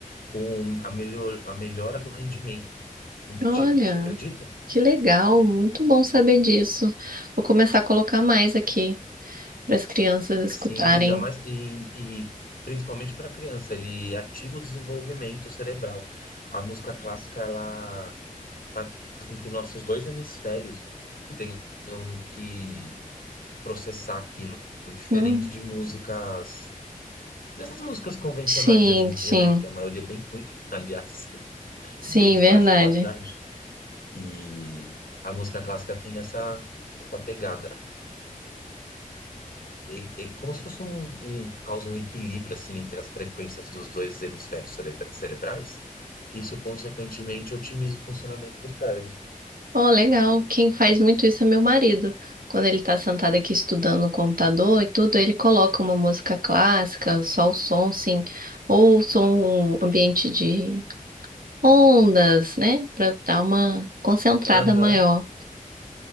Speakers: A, on the left (about 80°); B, on the right (about 80°).
A: com a, melhor, a melhora do rendimento.
B: Olha.
A: Tipo, Você acredita?
B: Que legal, muito bom saber disso. Vou começar a colocar mais aqui para as crianças
A: Sim,
B: escutarem.
A: ainda mais e, e principalmente para criança, ele ativa o desenvolvimento cerebral. A música clássica ela faz com que nossos dois hemisférios tenham que, que processar aquilo, diferente
B: Hum,
A: de músicas dessas músicas convencionais
B: sim,
A: de hoje em dia,
B: sim,
A: né, que a maioria é bem ruim, <laughs> aliás,
B: sim,
A: bem de
B: verdade.
A: baixa qualidade. E a música clássica tem essa essa pegada é, é como se fosse um, um causa um equilíbrio assim entre as frequências dos dois hemisférios celebra- cerebrais. Isso, consequentemente, otimiza o funcionamento do cérebro.
B: Oh, legal. Quem faz muito isso é meu marido. Quando ele está sentado aqui estudando no computador e tudo, ele coloca uma música clássica, só o som, sim, ou som ambiente de ondas, né, para dar uma concentrada
A: Aham.
B: maior.